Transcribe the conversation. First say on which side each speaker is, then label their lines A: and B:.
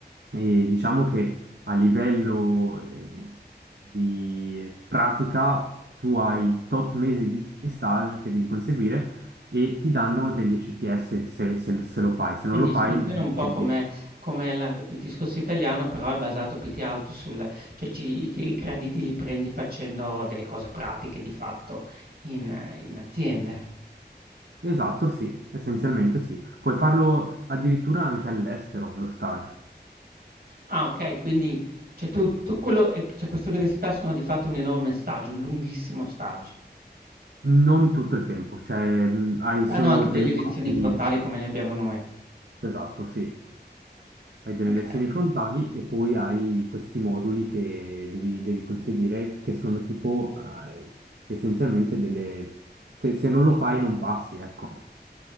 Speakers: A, on the right; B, on the right.
A: E diciamo che a livello, eh, di pratica tu hai tot mesi di di stage che devi conseguire e ti danno degli ECTS se, se- se lo fai, se
B: Quindi
A: non lo fai
B: funziona
A: non
B: un
A: ricevi
B: po' come,
A: 10.
B: come la- il discorso italiano, però è basato più che altro sul, cioè ci- i, i crediti li prendi facendo delle cose pratiche di fatto in, in aziende.
A: Esatto, sì, essenzialmente sì. Puoi farlo addirittura anche all'estero, lo stage.
B: Ah, ok, quindi cioè, tu, tu quello, eh, cioè, queste università sono di fatto un enorme stage, un lunghissimo stage.
A: Non tutto il tempo, cioè mh, hai
B: Hanno
A: solo
B: anche delle
A: delle
B: lezioni
A: parti,
B: frontali come le abbiamo noi.
A: esatto, sì. Hai delle
B: Okay,
A: lezioni frontali e poi hai questi moduli che devi, devi conseguire, che sono tipo eh, essenzialmente delle... Se, se non lo fai non passi, ecco.